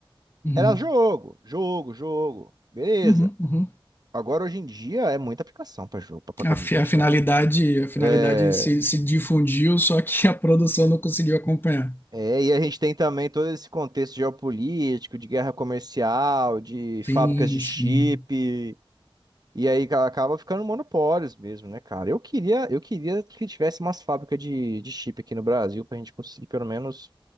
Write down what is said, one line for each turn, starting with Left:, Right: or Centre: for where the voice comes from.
Left: Uhum,
Right: era jogo, jogo, jogo, beleza.
Left: uhum, uhum.
Right: Agora, hoje em dia, é muita aplicação para jogo, para placa
Left: A,
Right: de
Left: fi-
Right: vídeo,
Left: a finalidade,
Right: cara.
Left: a finalidade
Right: É,
Left: se, se difundiu, só que a produção não conseguiu acompanhar.
Right: é, e a gente tem também todo esse contexto geopolítico, de guerra comercial, de
Left: Sim,
Right: fábricas de
Left: sim.
Right: chip. E aí ca- acaba ficando monopólios mesmo, né, cara? Eu queria, eu queria que tivesse umas fábricas de, de chip aqui no Brasil pra gente conseguir pelo menos